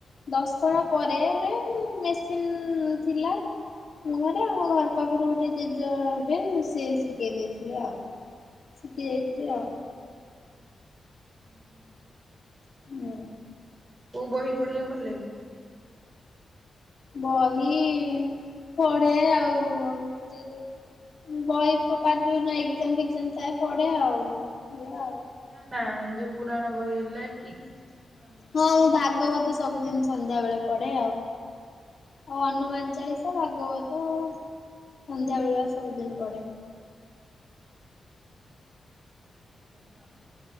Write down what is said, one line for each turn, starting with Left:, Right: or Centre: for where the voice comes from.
Left: ଦଶଣ ପରେ ଗୋଟେ ଏ ମେସିନ୍ ଥିଲା। ଘରେ ଆମ ଘର ପାଖରେ ଗୋଟେ ଜେଜ ହେବେ ସିଏ ଶିଖେଇ ଦେଇଥିଲେ ଆଉ। ଶିଖି ଯାଇଥିଲି ଆଉ।
Right: <inaudible>
Left: ମୁଁ।
Right: କୋଉ ବହି ପଢିବାକୁ ଭଲ ଲାଗେ?
Left: ବହି ପଢେ଼ ଆଉ ସେ ଯୋଉ ବହି <unintelligible> ଯୋଉ ଏକ୍ଜାମ ଫଜାମ ଥାଏ ପଢେ ଆଉ ଇଏ ଆଉ।
Right: ନା ନା ଯେଉ ପୁରାଣ ବହି ହେଲା କି କିଛି ଶିକ୍ଷଣୀୟ
Left: ହଁ
Right: କି
Left: ମୁଁ ଭାଗବତ ସବୁଦିନ ସନ୍ଧ୍ୟା ବେଳେ ପଡେ ଆଉ, ଆଉ ହନୁମାନ ଚାଳିଶ ହଁ ଭାଗବତ ସନ୍ଧ୍ୟାବେଳିଆ ସବୁଦିନ ପଢ଼େ।
Right: ହେଲା ଆଉ